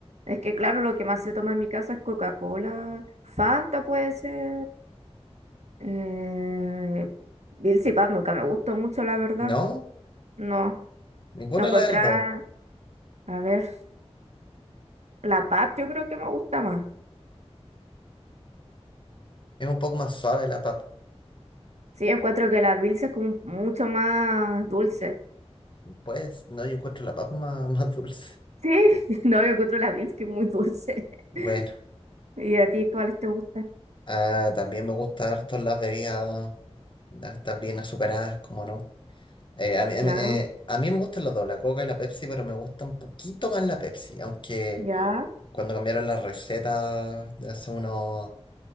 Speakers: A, on the right; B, on the left.
A: es que claro, lo que más se toma en mi casa es Coca-Cola. Fanta puede ser. Eh, Bills y Pap nunca me gustó mucho, la verdad.
B: ¿No?
A: No,
B: Ninguna
A: no
B: de
A: contra,
B: las dos.
A: a ver, la Pap yo creo que me gusta más.
B: Es un poco más suave la papa.
A: Sí, encuentro que la Bills es como mucho más dulce.
B: Pues no, yo encuentro la papa más, <laughs> más dulce.
A: Sí, <laughs> no, yo encuentro la Bills que es muy dulce.
B: Bueno,
A: <laughs> ¿Y a ti cuáles te gustan?
B: ah, también me gusta harto las bebidas, estas bien azucaradas, como no. Eh, a mí, a
A: Claro,
B: mí eh, a mí me gustan las dos, la Coca y la Pepsi, pero me gusta un poquito más la Pepsi, aunque
A: ya,
B: cuando cambiaron las recetas de hace unos